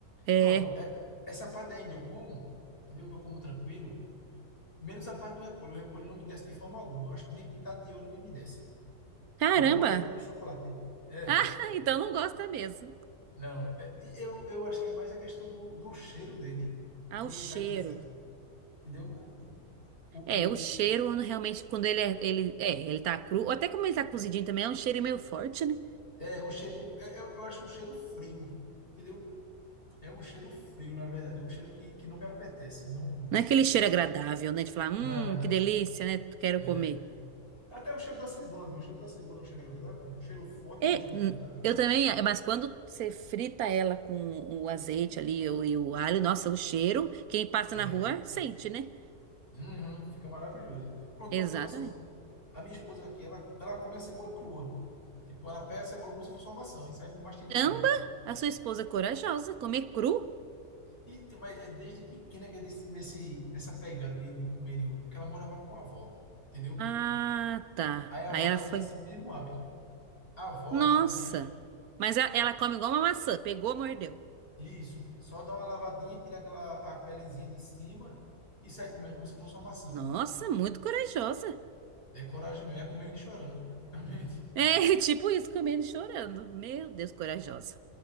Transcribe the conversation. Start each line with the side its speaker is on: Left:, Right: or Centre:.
Right: É.
Left: Pronto, é- essa parte ainda eu como, entendeu? Eu como tranquilo. Menos a parte do repolho. O repolho não me desce de forma alguma. Eu Acho que nem pintado de ouro ele me desce.
Right: Caramba!
Left: Nem molhado no chocolate. É,
Right: Ah, <laughs> então não gosta mesmo.
Left: não. é- e eu, eu acho que é mais a questão do, do cheiro dele,
Right: Ah,
Left: quando
Right: o cheiro.
Left: ele tá guisado, entendeu? O,
Right: É,
Left: o,
Right: o cheiro realmente, quando ele é, ele, é, ele tá cru, ou até como ele tá cozidinho também, é um cheiro meio forte, né?
Left: é é um cheirinho, é- é- eu acho um cheiro frio, entendeu? É um cheiro frio, na verdade. É Um cheiro que, que não me apetece. Não,
Right: Não é aquele cheiro agradável, né? De falar, hum,
Left: não, é não.
Right: que delícia, né? Quero
Left: É.
Right: comer.
Left: Até o cheiro da cebola, meu. O cheiro da cebola é um cheiro agradável. Um cheiro forte,
Right: É,
Left: mas é um cheiro
Right: hum,
Left: agradável.
Right: eu também, é, mas quando você frita ela com o azeite ali e o e o alho, nossa, o cheiro, quem passa
Left: É.
Right: na rua sente, né?
Left: Uhum, fica maravilhoso. Pronto,
Right: Exatamente.
Left: para ter noção, a minha esposa aqui, ela, ela come a cebola crua. Tipo, ela pega a cebola como se fosse uma maçã e sai mastigando
Right: Caramba,
Left: ela.
Right: a sua esposa é corajosa, comer cru?
Left: Então, mas é desde pequena que é desse- nesse, nessa pegada de, de comer, digo, porque ela morava com a avó, entendeu?
Right: Ah, tá.
Left: Aí a
Right: Aí
Left: avó
Right: ela
Left: dela
Right: foi.
Left: tem esse mesmo hábito. A avó,
Right: Nossa.
Left: as tias,
Right: Mas ela, ela come igual uma maçã, pegou, mordeu.
Left: isso, só dá uma lavadinha, tira aquela a pelezinha de cima e sai comendo como se fosse uma maçã.
Right: Nossa, muito corajosa.
Left: É coragem mesmo, é comendo e chorando, praticamente.
Right: É, <laughs> tipo isso, comendo e chorando. Meu Deus, corajosa.